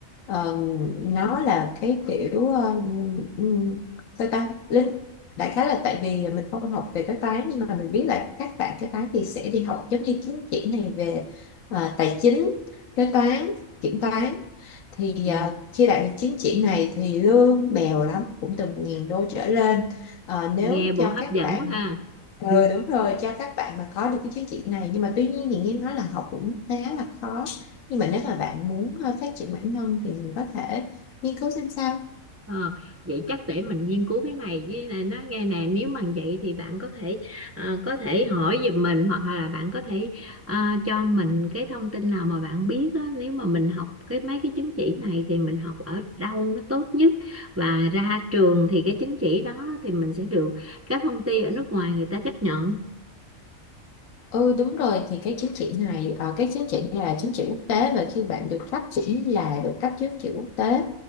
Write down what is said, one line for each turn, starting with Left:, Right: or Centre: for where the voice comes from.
Left: Ờ, nó là cái kiểu um, um, sao ta lính đại khái là tại vì mình không học về cái toán nhưng mà mình biết là các bạn cái toán thì sẽ đi học giống như chứng chỉ này về à, tài chính kế toán kiểm toán thì
Right: ừ.
Left: à, khi đạt được chứng chỉ này thì lương bèo lắm cũng từ 1.000 đô trở lên Ờ, nếu
Right: nghe bộ
Left: cho
Right: hấp
Left: các
Right: dẫn
Left: bạn
Right: quá ha
Left: ừ
Right: <laughs>
Left: đúng rồi cho các bạn mà có được cái chứng chỉ này nhưng mà tuy nhiên thì nghe nói là học cũng khá là khó nhưng mà nếu mà bạn muốn ờ, phát triển bản thân thì mình có thể nghiên cứu xem sao
Right: Ờ, vậy chắc để mình nghiên cứu cái này với này nó nghe nè nếu mà vậy thì bạn có thể ờ, có thể hỏi giùm mình hoặc là bạn có thể ờ, cho mình cái thông tin nào mà bạn biết á, nếu mà mình học cái mấy cái chứng chỉ này thì mình học ở đâu nó tốt nhất và ra trường thì cái chứng chỉ đó thì mình sẽ được các công ty ở nước ngoài người ta chấp nhận
Left: ừ đúng rồi thì cái chứng chỉ này ờ, cái chứng chỉ này là chứng chỉ quốc tế và khi bạn được phát triển là được cấp chứng chỉ quốc tế